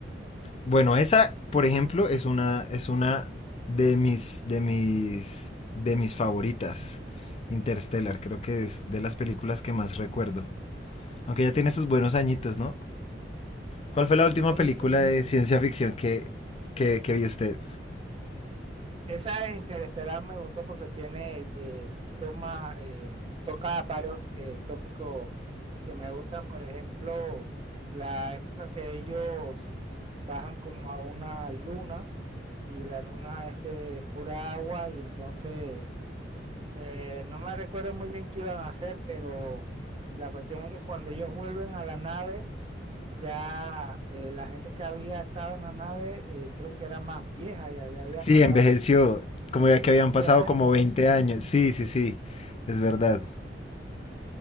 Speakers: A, on the left; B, on the right.
A: Bueno, esa, por ejemplo, es una, es una de mis, de mis, de mis favoritas. Interstellar, creo que es de las películas que más recuerdo. Aunque ya tiene sus buenos añitos, ¿no? ¿Cuál fue la última
B: Sí,
A: película
B: sí.
A: de ciencia ficción que, que, que vio usted?
B: Esa de Interestelar me gustó porque tiene, eh, toma, eh, toca varios eh, tópicos que me gustan. Por ejemplo, la época que ellos bajan como a una luna y la luna es de pura agua y entonces eh, no me recuerdo muy bien qué iban a hacer, pero la cuestión es que cuando ellos vuelven a la nave, ya eh, la gente que había estado en la nave eh, creo que era más vieja, ya, ya había
A: Sí,
B: pasado
A: envejeció, como ya
B: unos
A: que habían pasado
B: 10 años,
A: como
B: algo
A: 20
B: así.
A: años. Sí, sí, sí, es verdad.